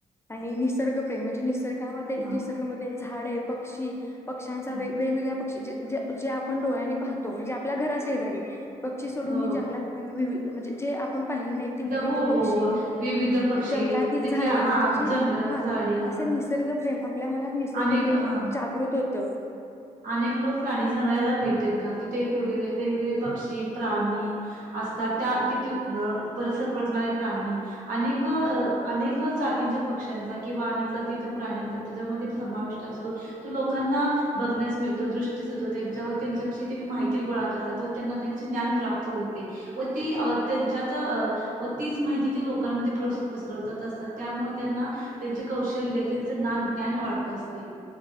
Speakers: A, on the left; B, on the right.
A: आणि निसर्गप्रेम म्हणजे निसर्गामध्ये
B: हो
A: निसर्गमध्ये -- झाडे पक्षी पक्ष्यांचा
B: हा
A: वेग वेगवेगळ्या पक्षी जे जे जे आपण डोळ्यांनी पाहतो म्हणजे आपल्या घराशेजारी पक्षी सोडून
B: हो
A: ही जंगलात वि वि म्हणजे जे आप पण पाहिली नाहीत ते विविध
B: हो
A: पक्षी
B: हो हो विविध पक्षी
A: जंगलातील
B: तिथल्या
A: झाडे
B: हा
A: म्हणजे जी
B: जंगलातली
A: हा
B: झाडे
A: असे
B: ह
A: निसर्ग प्रेम आपल्या मनात निस
B: अनेक
A: प्रेम
B: हा
A: जागृत होत त.
B: अनेक लोक प्राणी संग्रायाला भेट देतात तिथे एक वेगळे वेगवेगळे पक्षी प्राणी असतात त्या तिथे मं परत सरपटणारे प्राणी अनेक अनेक जातींच्या पक्ष्यांचा किंवा अनेक जातींच्या प्राण्यांचा त्याच्यामध्ये समाविष्ट असतो तो लोकांना बघण्यास मिळतो दृष्टीस होतो. त्यांच्या व त्यांच्याविषयी त्यांनी माहिती गोळा करतात व त्यांना त्यांचे ज्ञान प्राप्त होते व ती त्यांच्यात अ व तीच माहिती ते लोकांमध्ये प्रो पसरवत असतात त्यामुळे त्यांना त्यांचे कौशल्य त्यांच नान ज्ञान वाढत असते.